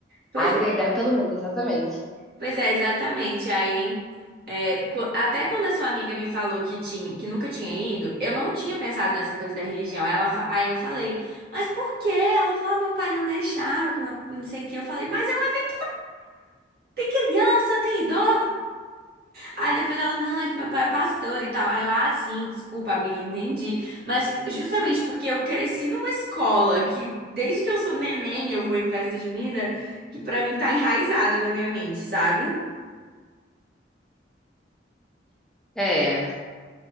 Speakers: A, on the right; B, in the centre.
A: Pois
B: agregar
A: é,
B: todo mundo, exatamente.
A: pois é, exatamente. Aí, é, qu- até quando a sua amiga me falou que tinha, que nunca tinha ido, eu não tinha pensado nessa coisa da religião. Aí Ela, fa- aí eu falei, mas por quê? Ela falou, ah, meu pai não deixava, que meu, não sei o quê. Eu falei, mas eu era criança, tem idoso. Aí depois ela, não, é que meu pai é pastor e tal. Aí eu, ah, sim, desculpa, amiga, entendi. Mas justamente porque eu cresci numa escola que, desde que eu sou neném, eu vou em festa junina, que pra mim tá enraizado na minha mente, sabe?
B: É,